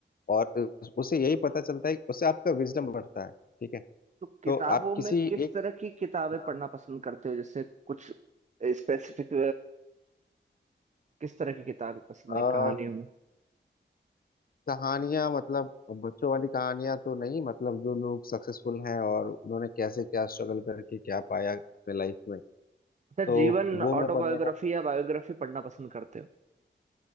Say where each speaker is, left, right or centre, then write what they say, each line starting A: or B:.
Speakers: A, on the left; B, on the right.
A: और उस- उससे यही पता चलता है उससे आपका विजडम बढ़ता है ठीक है
B: तो किताबों
A: तो आप किसी
B: में किस
A: एक
B: तरह की किताबें
A: हाँ
B: पढ़ना पसंद करते हो जैसे कुछ स्पेसिफिक किस तरह की किताबें पसंद
A: आ,
B: है कहानियों में
A: कहानियां मतलब बच्चों वाली कहानियां तो नहीं मतलब जो लोग सक्सेसफुल हैं और उन्होंने कैसे क्या स्ट्रगल करके क्या पाया अपने लाइफ में
B: अच्छा
A: तो
B: जीवन
A: वो
B: ऑटोबायोग्राफी
A: मैं पढ़ने का
B: या बायोग्राफी पढ़ना पसंद करते हो